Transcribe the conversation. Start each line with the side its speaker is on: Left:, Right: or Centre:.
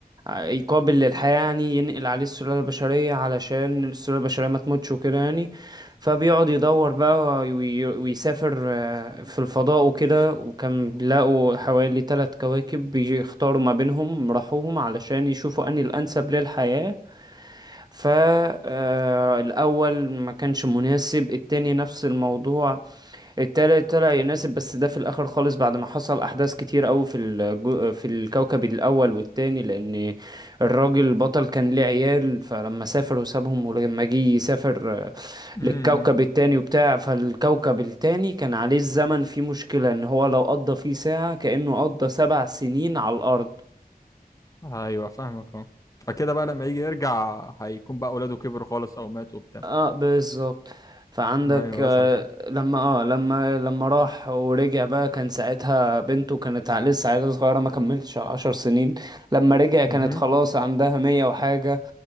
Right: يقابل للحياة يعني ينقل عليه السلالة البشرية علشان السلالة البشرية ما تموتش وكده يعني فبيقعد يدور بقى وي- ويسافر آه، في الفضاء وكده وكان بيلاقوا حوالي ثلاث كواكب بيختاروا ما بينهم راحوهم علشان يشوفوا أنهي الأنسب للحياة فالأول ما كانش مناسب التاني نفس الموضوع التالت طلع يناسب بس ده في الاخر خالص بعد ما حصل احداث كتير قوي في الجو... في الكوكب الاول والتاني لان الراجل البطل كان ليه عيال فلما سافر وسابهم ولما جه يسافر
Left: مم.
Right: للكوكب التاني وبتاع فالكوكب التاني كان عليه الزمن فيه مشكلة ان هو لو قضى فيه ساعة كأنه قضى سبع سنين على الارض
Left: ايوه فاهمك اه فكده بقى لما يجي يرجع هيكون بقى اولاده كبروا خالص او ماتوا وبتاع
Right: اه بالظبط فعندك
Left: ايوه
Right: آه،
Left: وصلت اه
Right: لما اه لما لما راح ورجع بقى كان ساعتها بنته كانت ع- لسه عيلة صغيرة ما كملتش عشر سنين لما رجع كانت
Left: مهم.
Right: خلاص عندها مية وحاجة